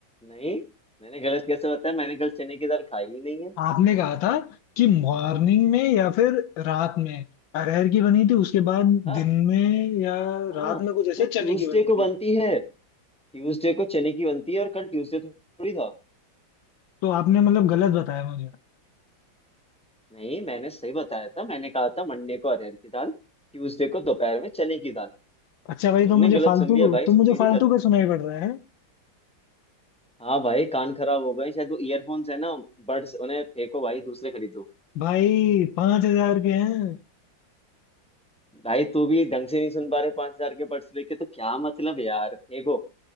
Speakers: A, in the centre; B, on the left.
A: नहीं मैंने गलत कैसे बताया मैंने कल चने की दाल खाई ही नहीं है
B: आपने कहा था कि मॉर्निंग में या फिर रात में अरहर की बनी थी उसके बाद
A: हाँ
B: दिन में या
A: हाँ
B: रात में कुछ ऐसे
A: तो ट्यूसडे
B: चने की बनी थी
A: को बनती है ट्यूसडे को चने की बनती है और कल ट्यूसडे थोड़ी था
B: तो आपने मतलब गलत बताया मुझे
A: नहीं मैंने सही बताया था मैंने कहा था मंडे को अरहर की दाल ट्यूसडे को दोपहर में चने की दाल
B: अच्छा
A: अब
B: भाई
A: तुमने
B: तो मुझे
A: गलत
B: फालतू
A: सुन लिया भाई इसमें
B: तो मुझे
A: मेरी
B: फालतू
A: क्या गलती
B: का सुनाई पड़ रहा है
A: हाँ भाई कान खराब हो गए शायद वो ईयरफोन्स है ना बड्स उन्हें फेंको भाई दूसरे खरीदो
B: भाई पांच हजार के हैं
A: भाई तू भी ढंग से नहीं सुन पा रहे पांच हजार के बड्स लेके तो क्या मतलब यार फेंको